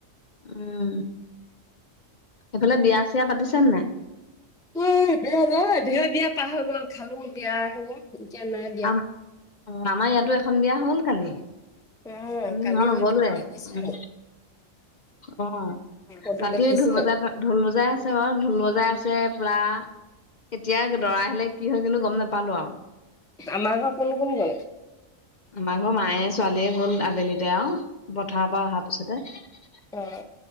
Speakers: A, on the left (about 45°); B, in the centre.
A: উম সেইফালে বিয়া চিয়া পাতিছে নে নাই
B: উ আই বিয়া নাই বিয়া দিয়া পাৰ হৈ গ'ল খালো বিয়া সময়ত এতিয়া নাই বিয়া
A: আম অ আমাৰ ইয়াতো এখন বিয়া হ'ল কালি
B: অ
A: আমি
B: কালি
A: মই নগলোৱে
B: ফটো দেখিছিলো
A: উম অ
B: ফটো
A: ৰাতিয়ে
B: দেখিছিলো
A: ঢোল বজাই ঢোল বজাই আছে বাৰু ঢোল বজাই আছে পুৰা কেতিয়া দৰা আহিলে কি হ'ল কিন্তু গম নাপালো আৰু
B: আমাৰ ঘৰৰ কোন কোন গ'ল
A: আমাৰ ঘৰৰ মায়ে ছোৱালীয়ে গ'ল আবেলিতে আও পথাৰৰ পৰা অহাৰ পিছতে <unintelligible>
B: অ